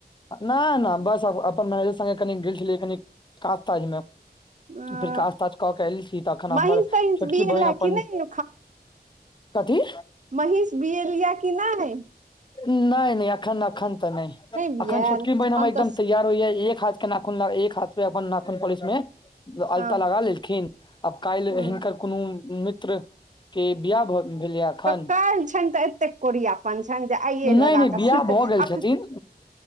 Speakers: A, on the left; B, on the right.
A: न नहि बस अपन मैनेजर संगे कनी गेल छलियै कनि काज- ताजमे।
B: अ
A: फेर काज- ताज कऽ के एयल छी, तखन
B: महींष
A: हमर
B: तहींष
A: छोटकी
B: बिएला
A: बहिन अपन।
B: कि नहि
A: कथी।
B: महीष बीयेलिया की नहि?
A: नहि, नहि, अखन अखन तऽ नहि,
B: बियाल
A: अखन छोटकी बहिन हमर
B: हम
A: एकदम
B: तऽ
A: तैयार होइया एक हाथ के नाखून ल एक हाथ पे अपन नाखून पोलिस मे
B: हँ
A: अलता लगा लेलखिन, आब काल्हि
B: ह
A: हिनकर कोनो मित्र के बियाह भेलैया। एखन
B: तऽ काइल छैन तऽ एतेक कोढ़िया पन छनि, जे आइये लगााकऽ
A: नहि नहि बियाह
B: सुति
A: भऽ गेल
B: अखन
A: छथिन